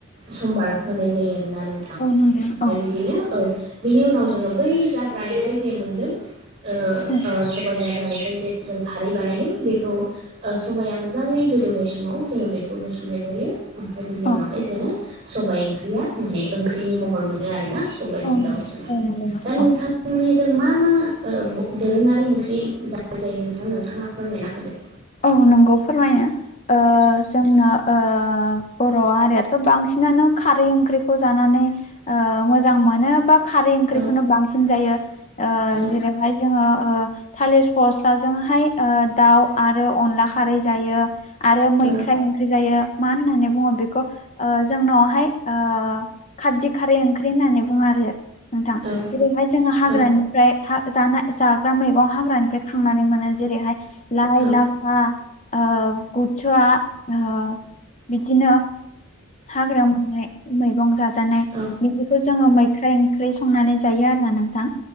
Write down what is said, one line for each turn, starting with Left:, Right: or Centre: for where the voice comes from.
Right: सम्बार होनाय जायो आरोना नों थां ओमफ्राय
Left: औ नंगौ औ
Right: बिदिनो औ बिनि उनाव जोङो बै जाब्रानिफ्राय जे मोनदों ओ
Left: औ
Right: ओ सबाइ जाब्रानिफ्राय जे जों खारै बानायदों बेखौ ओ सबाया मोजां मोजाङै गोदौनाय समाव जोङो बेखौ होसननाय जायो ओमफ्राय बिनि
Left: औ
Right: उनावहाय जोङो सबाइ ओंख्रिया माने ओंख्रिनि महर मोनो आरोना सबाइजों
Left: औ नंगौ
Right: दाउजों
Left: औ नंगौ
Right: दा नोंथां
Left: औ
Right: मोननिजों मा मा ओ दोरोङारि ओंख्रि जा जायो नोंथां नोंथाङा फोरमायना होदो
Left: औ नोंगौ फोरमायो ओ जोंनो ओ बर' हारियाथ' बांसिनानो खारै ओंख्रिखौ जानानै ओ मोजां मोनो बा खारै ओंख्रिखौनो
Right: औ
Left: बांसिन जायो ओ
Right: औ
Left: जेरैहाय जोङो ओ थालिर फस्लाजोंहाय ओ दाउ आरो अनला खारै जायो आरो मैख्राइ
Right: औ
Left: ओं ख्रि जायो मा होननानै बुङो बेखौ ओ जोंनावहाय ओ खारदि खारै ओंख्रि होननानै बुङो आरो नोंथां
Right: औ
Left: जेरैहाय जोङो हाग्रानिफ्राय
Right: औ
Left: हा जानाय जाग्रा मैगं हाग्रानिफ्राय खांनानै मोनो जेरैहाय लाइ
Right: औ
Left: लाफा ओ बुथुवा ओ बिदिनो हाग्रा मोननाय मैगं जाजानाय
Right: औ
Left: बिदिखौ जोङो मैख्राइ ओंख्रि संनानै जायो आरोना नोंथां